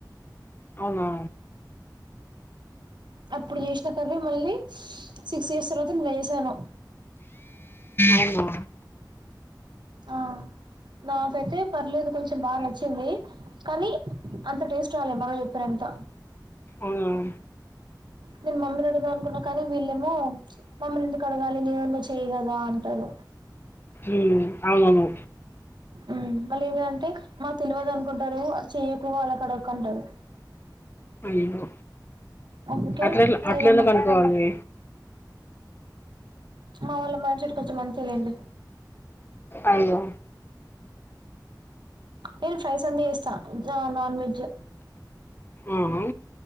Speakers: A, on the left; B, on the right.
A: అవునా
B: అప్పుడు చేసిన కర్రీ మళ్ళీ సిక్స్ ఇయర్స్ తర్వాత నిన్న చేసాను
A: అవునా
B: ఆ నాకైతే పర్లేదు కొంచెం బాగా నచ్చింది కానీ అంత టేస్ట్ రాలే <unintelligible> బాబా చెప్పినంత
A: ఉం
B: న మమ్మ <unintelligible> <unintelligible> అడగ అనుకున్నా కానీ వీళ్ళేమో మమ్మల్ని ఎందుకు కడగాలి నీవున్నో చేయ్యగదా అంటారు
A: ఉం అవును
B: ఉం మళ్ళీ ఏమింటే మాకు తెలవద్దు అనుకుంటారు చెయ్యకు వాళ్ళక్కడ ఒక్క అంటారు
A: ఎమో
B: అందుకే
A: అట్ల అట్ల
B: అమ్మమ్మ
A: ఎందుకనుకావాలి
B: మా వాళ్ళ మైండ్ సెట్ కొంచెం అంతే లెండి
A: అయ్యో
B: నేను ఫ్రైస్ అన్నీ చేస్తా జా నాన్ వెజ్
A: ఉం